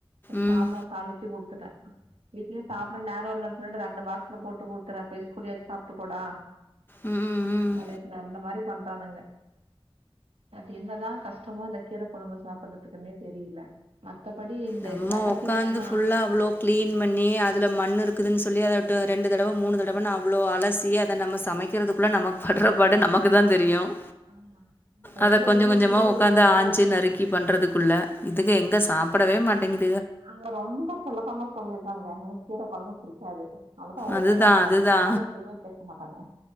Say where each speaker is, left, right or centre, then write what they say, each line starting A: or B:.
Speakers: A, on the left (about 20°); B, on the right (about 85°).
A: ம்
B: சாதம் தாளிச்சு கொடுத் கொடுறன் வீட்லயே சாப்படற நேரம் இலன்னு சொல்லிட்டு ரெண்டு பாக்ஸ்ல போட்டு குடுத்துறேன் ஸ்கூல்லயே சாப்பட்டு கூடா
A: ம் ம் ம்
B: அப்படின்னு சொன்னன் அந்த மாதிரி பண்றானுங்க அது என்னதான் கஷ்டமோ இந்த கீரை குழம்பு சாப்படுறதுக்குன்னே தெரியல மத்தபடி இந்த
A: நம்ம
B: கட
A: உக்காந்து
B: திணி எல்லா
A: புல்லா அவ்ளோ கிளீன் பண்ணி அதுல மண்ணு இருக் இருக்குதுன்னு சொல்லி அத ரெண்டு தடவை மூனு தடவைன்னா அவ்வளோ அலசிை அதை நம்ம சமைக்கிறதுக்குள்ளே நமக்கு படுற பாடு நமக்கு தான் தெரியும்
B: ஆமா ரொம்ப
A: அத கொஞ்சம்
B: ஈஸியா
A: கொஞ்சமா உக்காந்து
B: இது நல்லா
A: ஆஞ்சு
B: இல்ல
A: நறுக்கி பண்றதுக்குள்ள இதுக்கு எங்க சாப் ங்க
B: அங்க ரொம்ப சுலபமா சொல்லிருந்தாங்க எனக்கு கீர குழம்புபிடிக்காது அவ்ளவுதான் ஒரோவார்த்த
A: அதுதா அதுதா
B: அதுக்கு மேல எதுவுமே பேச என்ன பன்லாம்